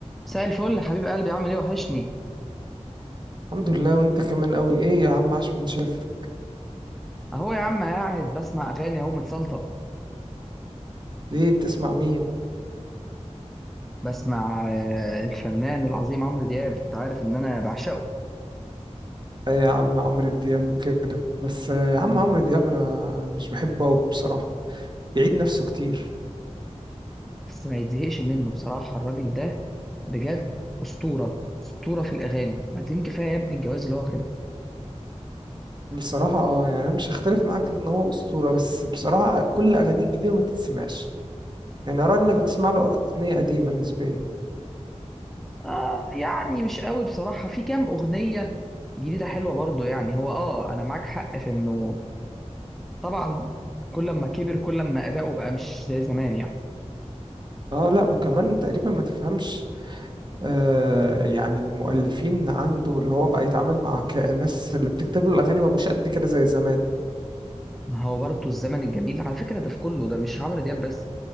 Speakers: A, in the centre; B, on the right.
A: مساء الفل يا حبيب قلبي عامل ايه وحشني
B: الحمد لله وانت كمان قوي ايه يا عم عاش من شافك
A: اهو يا عم قاعد بسمع اغاني اهو متسلطه
B: ايه بتسمع مين
A: بسمع آه، الفنان العظيم عمرو دياب انت عارف ان انا بعشقه
B: آه يا عم عمرو دياب وكده بس آه، يا عم عمرو دياب انا مش بحبه قوي بصراحة بيعيد نفسه كتير
A: بس ما يتزهقش منه بصراحه الراجل ده بجد اسطوره اسطوره في الاغاني بعدين كفايه يا ابني الجواز اللي هو واخدها
B: بصراحة اه يعني انا مش هختلف معاك ان هو اسطورة بس بصراحة كل اغانيه الجديدة ما تتسمعش يعني ارى انك بتسمع له أغ- اغنية قديمة نسبيا
A: اه يعني مش قوي بصراحه في كام اغنيه جديده حلوه برضه يعني هو اه انا معاك حق في انه طبعا كل ما كبر كل ما اداؤه بقى مش زي زمان يعني
B: اه لا وكمان تقريبا ما تفهمش آه يعني المؤلفين عنده اللي هو بقى يتعامل مع ك- الناس اللي بتكتب له الاغاني ما بقوش قد كده زي زمان
A: ما هو برضه الزمن الجميل على فكره ده في كله ده مش عمرو دياب بس